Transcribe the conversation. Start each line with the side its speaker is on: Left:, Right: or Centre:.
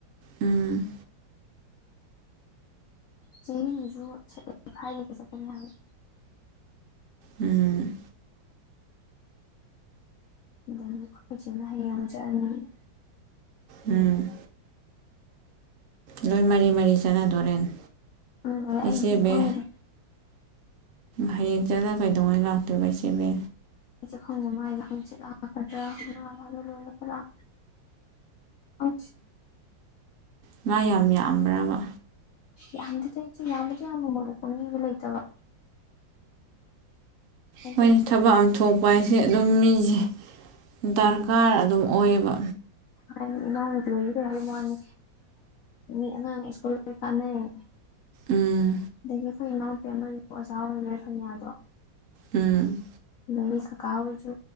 Right: ꯎꯝ
Left: ꯆꯦꯡꯒꯤꯗꯨꯁꯨ ꯍꯥꯏꯗꯒ ꯆꯠꯀꯅꯤ ꯍꯥꯏꯕ
Right: ꯎꯝ
Left: ꯑꯗꯩ ꯑꯩꯈꯣꯏꯆꯦꯅ ꯍꯌꯦꯡ ꯑꯃꯨꯛ ꯆꯠꯂꯅꯤ
Right: ꯎꯝ ꯂꯣꯏ ꯃꯔꯤ ꯃꯔꯤ ꯆꯠꯅꯗꯣꯔꯦꯅꯦ
Left: ꯑꯗꯨꯗꯒꯤ ꯑꯩꯁꯨ
Right: ꯏꯆꯦꯕꯦ
Left: ꯈꯪꯗꯦ
Right: ꯍꯌꯦꯡ ꯆꯠꯂ ꯀꯩꯗꯧꯉꯩ ꯂꯥꯛꯇꯣꯏꯕ ꯏꯆꯦꯕꯦ
Left: ꯑꯩꯁꯦ ꯈꯪꯗꯦ ꯃꯥꯏꯖꯦ ꯍꯪꯆꯤꯠ ꯂꯛꯀꯗꯔ <unintelligible> <unintelligible> <inaudible>
Right: ꯉꯥ ꯌꯥꯝ ꯌꯥꯝꯕ꯭ꯔꯕ
Left: ꯌꯥꯝꯗꯦꯗ ꯌꯥꯃꯗꯤ ꯌꯥꯝꯃ ꯃꯤꯗꯣ ꯂꯩꯇꯕ ꯍꯥꯏꯗꯤ
Right: ꯍꯣꯏ ꯊꯕꯛ ꯑꯝ ꯊꯣꯛꯄ ꯍꯥꯏꯁ ꯑꯗꯨꯝ ꯃꯤꯁꯦ ꯗꯔꯀꯥꯔ ꯑꯗꯨꯝ ꯑꯣꯏꯌꯦꯕ
Left: <unintelligible> ꯑꯣꯏ ꯋꯥꯅꯤ ꯃꯤ ꯑꯉꯥꯡ ꯁ꯭ꯀꯨꯜ ꯀꯅꯔꯤꯅꯤ
Right: ꯎꯝ
Left: ꯑꯗꯒꯤ ꯑꯩꯈꯣꯏ ꯏꯅꯥꯎꯄꯤ ꯑꯃ ꯑꯣꯖꯥ ꯑꯣꯏꯔ <unintelligible>
Right: ꯎꯝ
Left: ꯑꯗꯒꯤ ꯀꯀꯥ ꯈꯣꯏꯁꯨ